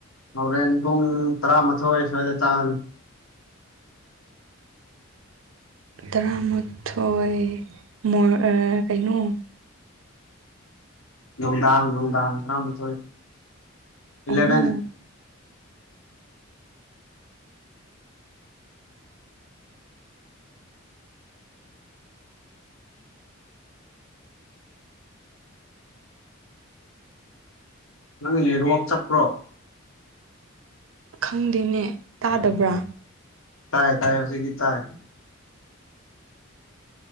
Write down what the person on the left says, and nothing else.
ꯍꯧꯔꯦꯟ ꯄꯨꯡ ꯇꯔꯥꯃꯥꯊꯣꯏ ꯁ꯭ꯋꯥꯏꯗ ꯆꯥꯅꯤ꯫
ꯅꯨꯡꯗꯥꯡ ꯅꯨꯡꯗꯥꯡ ꯇꯔꯥꯃꯥꯊꯣꯏ ꯏꯂꯚꯦꯟ꯫
ꯅꯪ ꯅꯦꯠꯋꯣꯛ ꯆꯞꯄ꯭ꯔꯣ?
ꯇꯥꯏ ꯇꯥꯏ ꯍꯧꯖꯤꯛꯇꯤ ꯇꯥꯏ꯫